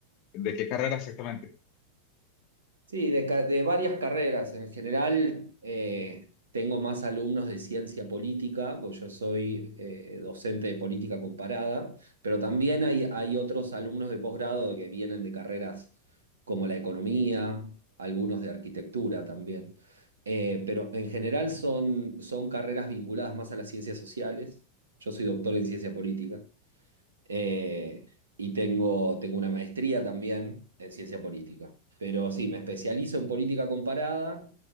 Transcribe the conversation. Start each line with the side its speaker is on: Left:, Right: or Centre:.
Left: ¿De qué carrera exactamente?
Right: Sí, de, ca- de varias carreras. En general, eh, tengo más alumnos de ciencia política, pues yo soy eh, docente de política comparada, pero también hay, hay otros alumnos de posgrado que vienen de carreras como la economía, algunos de arquitectura también. Eh, pero en general son, son carreras vinculadas más a las ciencias sociales. Yo soy doctor en ciencia política. Eh, y tengo, tengo una maestría también en ciencia política. Pero sí, me especializo en política comparada